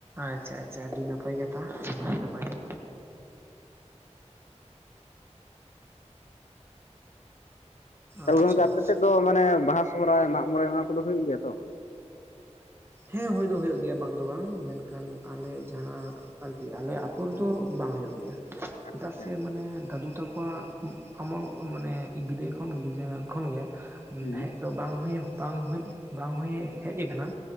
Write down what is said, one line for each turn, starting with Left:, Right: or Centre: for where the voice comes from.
Right: ᱟᱪᱪᱷᱟ ᱟᱪᱪᱷᱟ ᱟᱹᱰᱤ ᱱᱟᱯᱟᱭ ᱠᱟᱛᱷᱟ ᱟᱹᱰᱤ ᱱᱟᱯᱟᱭ ᱠᱟᱛᱷᱟ
Left: ᱛᱟᱦᱚᱞᱮ
Right: ᱟᱪᱪᱷᱟ
Left: ᱜᱚᱝᱠᱮ ᱟᱯᱮ
Right: ᱟᱪᱪᱷᱟ
Left: ᱥᱮᱫ ᱫᱚ ᱢᱟᱱᱮ ᱵᱟᱦᱟ ᱥᱚᱦᱚᱨᱟᱭ ᱢᱟᱜ ᱢᱚᱬᱮ᱾ ᱚᱱᱟ ᱠᱚᱫᱚ ᱦᱩᱭᱩᱜ ᱜᱮᱭᱟ ᱛᱚ᱾
Right: ᱦᱮᱸ ᱦᱩᱭ ᱫᱚ ᱦᱩᱭᱩᱜ ᱜᱮᱭᱟ ᱵᱟᱝ ᱫᱚ ᱵᱟᱝ ᱢᱮᱱᱠᱷᱟᱱ ᱟᱞᱮ ᱡᱟᱦᱟᱸ ᱟᱨᱠᱤ ᱟᱞᱮ ᱟᱹᱛᱩ ᱨᱮᱫᱚ ᱵᱟᱝ ᱦᱩᱭᱩᱜ ᱜᱮᱭᱟ, ᱪᱮᱫᱟᱜ
Left: ᱟᱪᱪᱷᱟ
Right: ᱥᱮ ᱢᱟᱱᱮ ᱫᱟᱫᱩ ᱛᱟᱠᱚᱣᱟᱜ ᱟᱢᱚᱞ ᱢᱟᱱᱮ ᱵᱤᱫᱟᱹᱭ ᱠᱷᱚᱱ ᱵᱟᱹᱡᱟ ᱠᱷᱚᱱᱜᱮ
Left: ᱦᱩᱸ
Right: ᱦᱮᱡ ᱟᱫᱚ ᱵᱟᱝ ᱦᱚᱭ ᱵᱟᱝ ᱦᱳᱭ ᱵᱟᱝ ᱦᱳᱭ ᱦᱮᱡ ᱟᱠᱟᱱᱟ